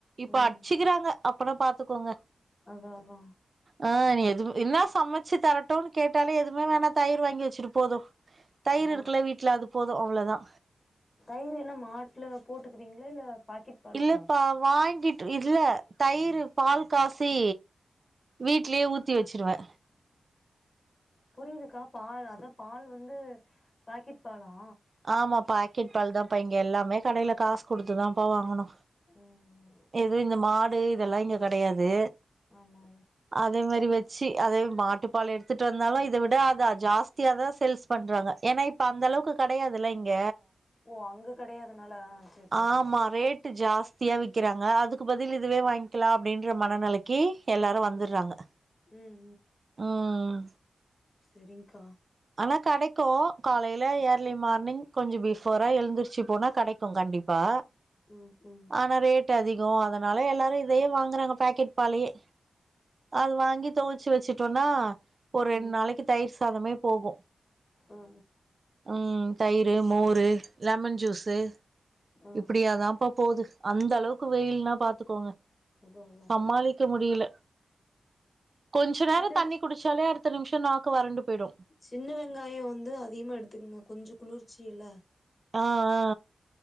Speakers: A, on the right; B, on the left.
A: இப்ப
B: ம்
A: அச்சுக்கிறாங்க அப்பனா பாத்துக்கோங்க
B: அதா அதா
A: ஆ நீ எது என்னா சமச்சு தரட்டும் கேட்டாலே எதுவுமே வேணா தயிர் வாங்கி வெச்சுரு போது தயிரு
B: ஆ
A: இருக்குல வீட்ல அது போது அவ்ளோதா
B: தயிர் என்ன மாட்ல போட்டுக்குவீங்களா இல்ல பாக்கெட் பாலுங்களா
A: இல்லப்பா வாங்கிட் இத்ல தயிர் பால் காசி வீட்லயே ஊத்தி வெச்சிருவே
B: புரியுதுக்கா பால் அதா பால் வந்து பாக்கெட் பாலா
A: ஆமா பாக்கெட் பால் தாப்பா இங்க எல்லாமே கடையில காசு குடுத்துதாப்பா வாங்கணு
B: ம்
A: எதும் இந்த மாடு இதெல்லா இங்க கெடையாது
B: ஆமா ஆமா
A: அதே மேரி வெச் ச்சு அதே மாட்டுப்பால் எடுத்துட்டு வந்தாலு இத விட அத ஜாஸ்தியா தா சேல்ஸ் பண்றாங்க ஏனா இப்ப அந்த அளவுக்கு கெடையாதுல்ல இங்க
B: ஓ அங்க கெடையாதுனால அ சேர் சேரி
A: ஆமா ரேட்டு ஜாஸ்தியா விக்கறாங்க அதுக் பதில் இதுவே வாங்கிக்கலா அப்டின்ற மனநிலைக் கே எல்லாரு வந்துட்றாங்க
B: ம் ம்
A: ம்
B: செரிங்கா
A: ஆனா கெடைக்கு காலேல ஏர்லி மார்னிங் கொஞ்சோ பிஃபோரா எழுந்திரிச்சு போனா கெடைக்கு கண்டிப் பா
B: ம் ம்
A: ஆனா ரேட் அதிகோ அதனால எல்லாரு இதையே வாங்குறாங்க பாக்கெட் பாலையே அது வாங்கி தொவச்சு வச்சுட்டோனா ஒரு ரெண்டு
B: ம்
A: நாளைக்கி தயிர் சாதமே போகு
B: ஆ
A: ம் தயிர் மோரு லெமன் ஜூஸு
B: ஆ
A: இப்டியா
B: ஆ
A: தாப்பா போது அந்த அளவுக்கு வெயில்ன்னா பாத்துக்கோங்க
B: அதா அதா
A: சமாளிக்க முடியல கொஞ்ச நேரோ
B: சின்ன
A: தண்ணி குடிச்சாலே அடுத்த நிமிஷோ நாக்கு வறண்டு போயிடு
B: சின்ன வெங்காயோ வந்து அதிகமாக எடுத்துக்குங்க கொஞ்சோ குளிர்ச்சி இல
A: ஆ ஆ